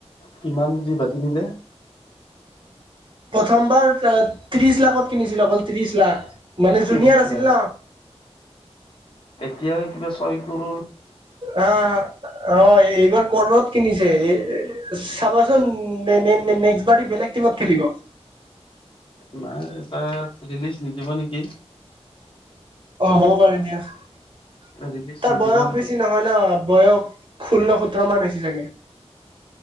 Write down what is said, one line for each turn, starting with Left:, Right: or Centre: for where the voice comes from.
Left: কিমান দি বাকি নি লে
Right: প্ৰথমবাৰ ত্ৰিশ লাখত কিনিছিল অকল ত্ৰিশ লাখ মানে
Left: ত্ৰিশ
Right: জুনিয়ৰ আছিল
Left: লাখ
Right: ন
Left: এতিয়া কিবা ছয় প
Right: অ অ এইবা কৰ কিনিছে চাবাচোন নেক্সবাৰ বেলেগ টিমত খেলিব
Left: নাই তাত ৰিলিজ নিদিব নেকি
Right: অ' হ'ব পাৰে দিয়া। তাৰ
Left: ৰিলিজ নিদিব
Right: বয়স
Left: কিজানি
Right: বেছি নহয় ন' বয়স ষোল্ল সোতৰ মান হৈছি ছাগে।